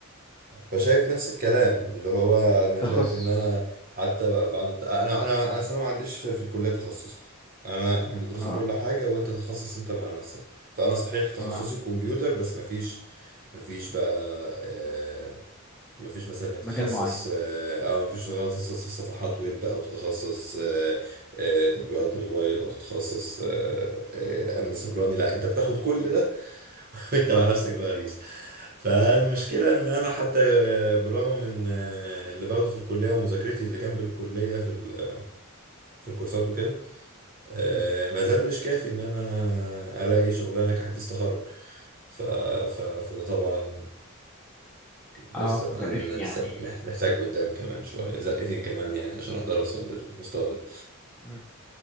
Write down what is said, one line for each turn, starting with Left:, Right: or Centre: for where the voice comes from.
Right: فشايف نفس الكلام اللي هو انا
Centre: تخصص
Right: شايف ان انا حتى بعد الت- انا انا انا أصل انا ما عنديش في الكليه تخصص انا احنا بندرسه
Centre: اه
Right: كل حاجه وانت تتخصص انت مع نفسك فانا صحيح تخصصي
Centre: اه
Right: كمبيوتر بس ما فيش ما فيش بقى آه، مفيش مثلا انك
Centre: مجال
Right: تتخصص
Centre: معين
Right: اه آه، مفيش تتخصص صفحات ويب او تتخصص آه، آه، تطبيقات موبايل او تتخصص آه، آه، امن سيبراني لا انت بتاخد كل ده <laughs> وانت مع نفسك بقى غيظ فالمشكله
Centre: م-
Right: ان انا حتى آه، بالرغم من آه، اللي باخده في الكليه ومذاكرتي اللي جنب الكليه في ال- في الكورسات وكده آه،
Centre: م.
Right: ما زال مش كافي ان انا الاقي شغلانه كحديث تخرج ف... ف... فده طبعا
Centre: اه
Right: لسه ما
Centre: مريخ
Right: انا أنا
Centre: يعني
Right: لسه مح- محتاج قدام كمان شويه زقتين كمان يعني عشان اقدر اوصل للمستوى ده
Centre: م.